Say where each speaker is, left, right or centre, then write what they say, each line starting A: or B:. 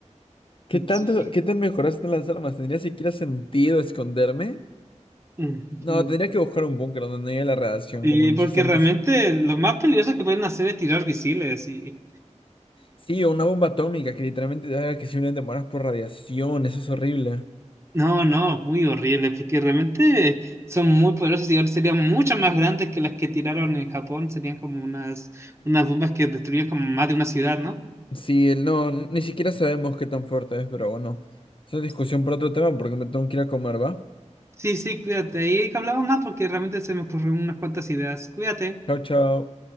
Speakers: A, on the left (about 45°); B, on the right (about 20°).
A: ¿Qué tanto,
B: Sí.
A: qué tan mejoradas están las armas? ¿Tendría siquiera sentido esconderme?
B: <laughs>
A: No,
B: Ujú.
A: tendría que buscar un búnker donde no haya la radiación,
B: Sí,
A: como en los
B: porque
A: 60
B: realmente lo más peligroso que pueden hacer es tirar misiles y,
A: Sí, o una bomba atómica que literalmente te haga que simplemente mueras por radiación, eso es horrible.
B: No, no, muy horrible, porque realmente son muy poderosos y ahora serían mucho más grandes que las que tiraron en Japón, serían como unas, unas bombas que destruían como más de una ciudad, ¿no?
A: Sí, el no, n- ni siquiera sabemos qué tan fuerte es, pero bueno, esa es discusión
B: Sí,
A: para otro tema porque me tengo que ir a comer, ¿va?
B: sí, sí, cuídate, ahí hablamos más porque realmente se me ocurrieron unas cuantas ideas, cuídate.
A: Chao, chao.